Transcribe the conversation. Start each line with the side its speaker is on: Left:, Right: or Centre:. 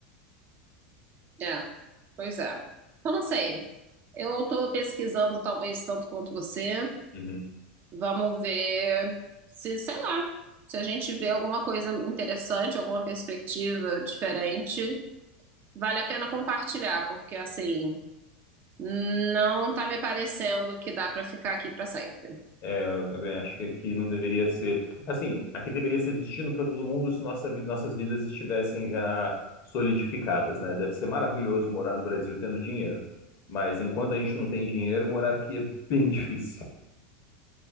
Right: É, pois é. Então, não sei. Eu tô pesquisando, talvez, tanto quanto você.
Left: Uhum.
Right: Vamos ver se, sei lá, se a gente vê alguma coisa interessante, alguma perspectiva diferente, vale a pena compartilhar, porque, assim, não tá me parecendo que dá pra ficar aqui pra sempre.
Left: Eu também acho que aqui não deveria ser. Assim, aqui deveria ser destino para todo mundo se nossa vi- nossas vidas estivessem já solidificadas, né? Deve ser maravilhoso morar no Brasil tendo dinheiro. Mas enquanto a gente não tem dinheiro, morar aqui é bem <laughs> difícil.